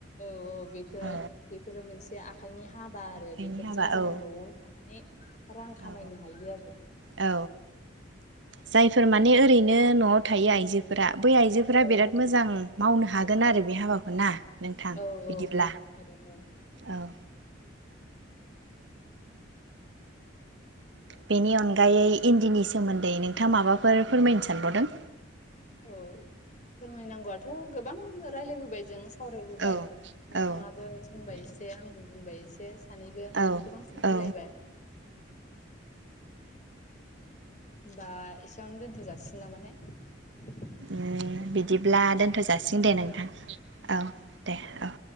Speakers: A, on the left; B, on the right.
A: औ औ बेफोरो
B: औ
A: बेफोरो मोनसे जे आखाइनि हाबा आरो
B: आखाइनि
A: बेफोरजों
B: हाबा
A: जोङो
B: औ
A: नआवनो थानाय नि रां खामायनो
B: औ
A: हायो आरो
B: औ जायफोर माने ओरैनो नआव थायो आइजोफोरा बै आइजोफोरा
A: औ
B: बिराद मोजां मावनो हाग गोन आरो बे हाबाखौ ना नोंथां
A: औ
B: बिदिब्ला
A: औ हा हागोन
B: औ बेनि अनगायै इन्दिनि सोमोन्दै नोंथाङा माबाफोर फोरमायनो सानबावदों
A: औ फोरमायनांगौआथ गोबां गोबां राय्लायबोबाय जों सावरायबोबाय
B: औ
A: नोंथाङाबो
B: औ
A: बुंबाय एसे एसे आंबो बुंबाय एसे सानैबो
B: औ
A: गोबां सावरायलायबाय
B: औ
A: होमबा एसेयावनो दोनथ जाासिगोन नामाथाय
B: उम बिदिब्ला दोनथ'सै जासिगोन दे नोंथां औ दे औ